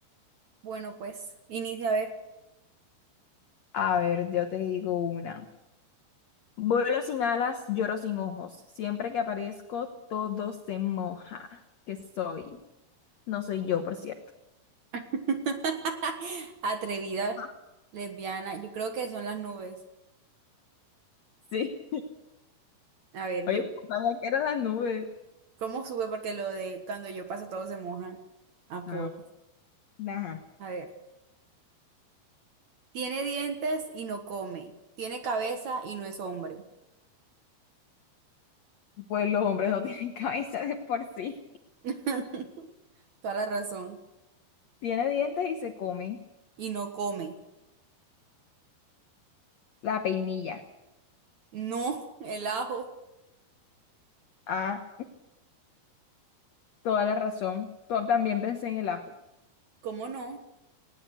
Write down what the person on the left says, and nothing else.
A ver, yo te digo una. Vuelo sin alas, lloro sin ojos. Siempre que aparezco, todo se moja. ¿Qué soy? No soy yo, por cierto.
<laughs>
Sí.
Oye,
ojalá que eran las nubes.
No. Ajá.
Pues los hombres no tienen <laughs> cabeza de por sí.
Tiene dientes y se come
la peinilla.
Ah, toda la razón. To- También pensé en el ajo.